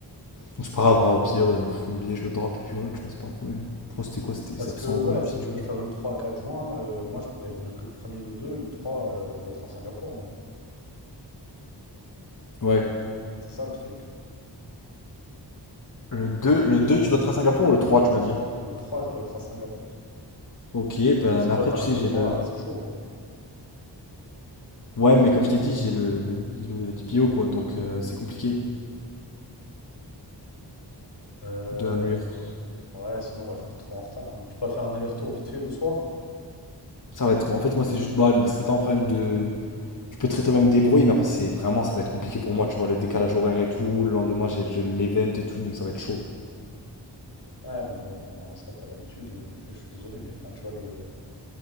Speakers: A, on the left; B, on the left.
A: Donc c'est pas grave, hein, au pire, euh, mon billet, je le drop et puis voilà, tu vois, c'est pas un problème. Je crois que c'était quoi? C'était
B: Parce
A: 700
B: que
A: euros,
B: ouais,
A: 800
B: si tu
A: euros.
B: veux faire le trois quatre juin, euh, moi je pourrais venir que le premier, le deux, le 3 euh, je dois être à Singapour, moi. hein.
A: Ouais.
B: C'est ça le truc.
A: Le
B: Donc en
A: deux
B: fait,
A: le deux tu dois être à Singapour ou le 3 tu m'as dit?
B: le trois je dois être à Singapour.
A: Ok, bah,
B: Si
A: mais
B: toi
A: après,
B: t'arrives
A: tu sais,
B: le
A: j'ai
B: trois
A: le.
B: euh, c'est chaud quoi.
A: Ouais, mais comme je t'ai dit, j'ai le, le DPO, quoi, donc euh, c'est compliqué
B: Euh,
A: de à New York.
B: ouais, sinon on va le faire trop en retard. hein. Tu peux pas faire un aller-retour vite fait le soir?
A: Ça va être, com- en fait, moi, c'est juste, bah, c'est pas un problème de. Je peux très très bien me débrouiller, mais après, c'est vraiment, ça va être compliqué pour moi, tu vois, le décalage horaire et tout. Le lendemain, j'ai j'ai l'event et tout, donc ça va être chaud.
B: Ouais, mais bon, enfin, ça, t'as l'habitude. Après, je suis désolé, mais enfin, tu vois, le... de